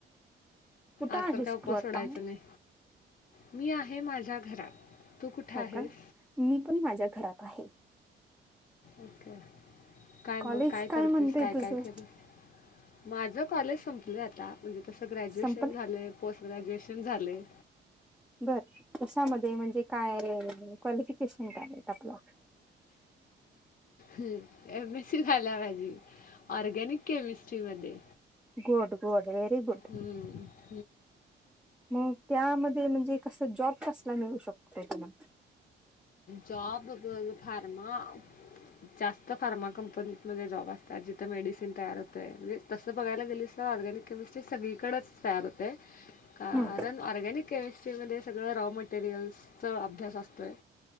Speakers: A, in the centre; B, on the left.
A: कुठं
B: आज
A: आहेस
B: तर काय उपास
A: तू आता?
B: सोडायच नाही मी आहे माझ्या घरात. तू कुठं
A: हो
B: आहेस
A: का मी पण माझ्या घरात आहे.
B: ओके काय
A: कॉलेज
B: मग काय करतेस
A: म्हणतेय
B: काय
A: तुझं
B: केलीस. माझं कॉलेज संपलं आता म्हणजे तसं ग्रॅज्युएशन
A: संपले?
B: झाले पोस्ट ग्रॅज्युएशन झालंय.
A: बर कशामध्ये म्हणजे काय क्वालिफिकेशन काय आहेत आपलं.
B: एम एससी झाल माझे. ऑर्गॅनिक केमिस्ट्रीमध्ये
A: गोड गोड वेरी गुड
B: हम्म.
A: मग त्यामध्ये म्हणजे कसं जॉब कसला मिळू शकतोय तुला?
B: जॉब गं फारमा जास्त फार्मा कंपनीमध्ये जॉब असतात जिथे मेडिसिन तयार हो तसं बघायला गेलस तरऑर्गनिक केमिस्ट्री सगळीकडेच तयार होतय, कारण
A: हम्म.
B: ऑर्गॅनिक केमिस्ट्रीमध्ये सगळं रॉ मटेरियलचा अभ्यास असतोय.